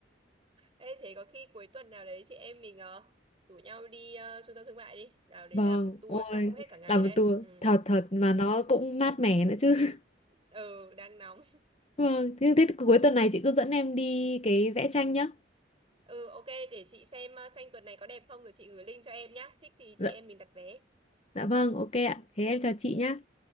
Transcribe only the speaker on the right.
Ê thế có khi cuối tuần nào đấy chị em mình ờ, rủ nhau đi ờ, trung tâm thương mại đi, nào đấy
là một tour
chắc cũng hết cả ngày
đấy.
Ừ.
Ừ,
ừ đang nóng. <laughs>
Ừ ok để chị xem ờ, tranh tuần này có đẹp không rồi chị gửi link cho em nhá. Thích thì
chị em mình đặt vé.